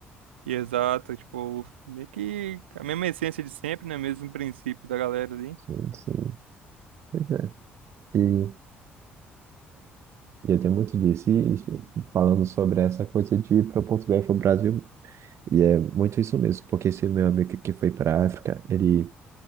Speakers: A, on the right; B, on the right.
A: E exato, tipo, meio que a mesma essência de sempre, né? Mesmo princípio da galera ali.
B: Sim, sim. Pois é. E, e eu tenho muito disso. E, e falando sobre essa coisa de ir para Portugal e para o Brasil. E é muito isso mesmo, porque esse meu amigo que foi para África, ele.